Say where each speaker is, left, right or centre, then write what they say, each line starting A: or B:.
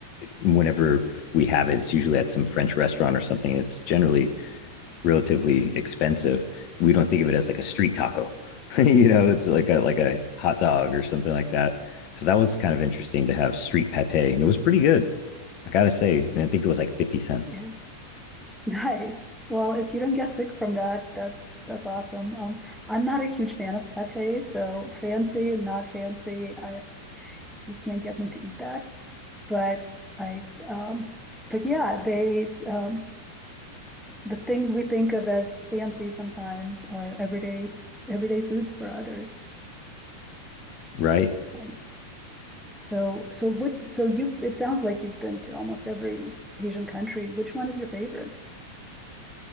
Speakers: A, on the left; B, in the centre.
A: whenever we have it, it's usually at some French restaurant or something. It's generally relatively expensive. We don't think of it as like a street taco, <laughs> you know, it's like a like a hot dog or something like that. So that was kind of interesting to have street pate, and it was pretty good. I gotta say, and I think it was like 50 cents.
B: yeah. <laughs> Nice. Well, if you don't get sick from that, that's that's awesome. Um, I'm not a huge fan of pate, so fancy and not fancy, I you can't get me to eat that. But I, um, but yeah, they um, the things we think of as fancy sometimes are everyday everyday foods for others.
A: Right.
B: Um, so so what so you it sounds like you've been to almost every Asian country. Which one is your favorite?